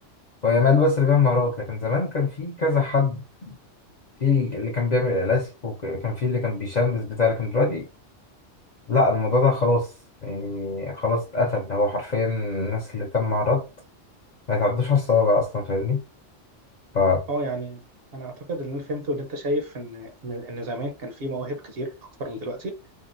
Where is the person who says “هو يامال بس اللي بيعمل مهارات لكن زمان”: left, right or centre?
Left